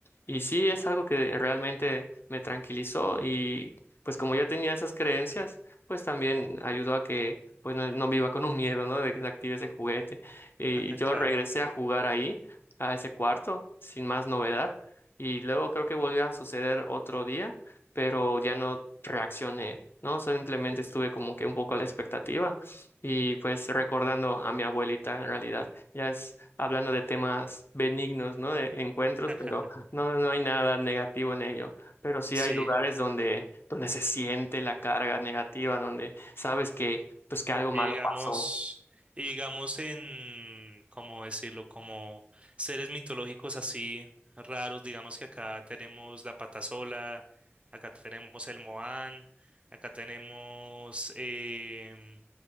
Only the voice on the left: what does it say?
y sí, es algo que realmente me tranquilizó y pues como ya tenía esas creencias, pues también ayudó a que pues no, no viva con un miedo, ¿no? De que se active ese juguete. Y
yo
regresé a jugar ahí, a ese cuarto, sin más novedad. Y luego creo que volvió a suceder otro día, pero ya no reaccioné, ¿no? Simplemente estuve como que un poco a la expectativa y pues recordando a mi abuelita en realidad. Ya es hablando de temas benignos, ¿no? De encuentros,
pero no, no hay nada negativo en ello, pero sí
hay lugares donde, donde se siente la carga negativa, donde sabes que, pues, que algo
malo
pasó.